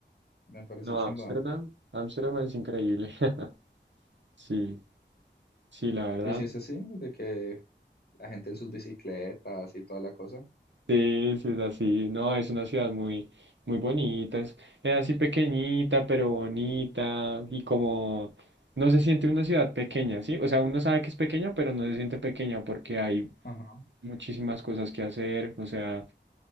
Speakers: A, on the left; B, on the right.
A: me parece
B: No,
A: chimba.
B: Ámsterdam. Ámsterdam es increíble. <laughs> Sí, sí, la verdad.
A: Y si es así, de que la gente en sus bicicletas y toda la cosa.
B: Sí, sí, es así. No, es una ciudad muy, muy bonita. Es, es así pequeñita, pero bonita. Y como no se siente una ciudad pequeña, ¿sí? O sea, uno sabe que es pequeña, pero no se siente pequeña porque hay
A: Ajá.
B: muchísimas cosas que hacer. O sea,